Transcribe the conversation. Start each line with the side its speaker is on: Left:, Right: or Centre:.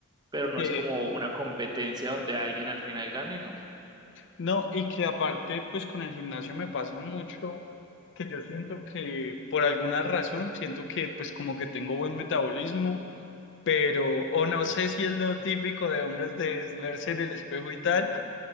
Right: Pero no
Left: Eh,
Right: es como una competencia donde alguien al final gane, no.
Left: no, y que aparte, pues con el gimnasio me pasa mucho que yo siento que por alguna razón, siento que pues como que tengo buen metabolismo, pero o no sé si es lo típico de hombres de verse en el espejo y tal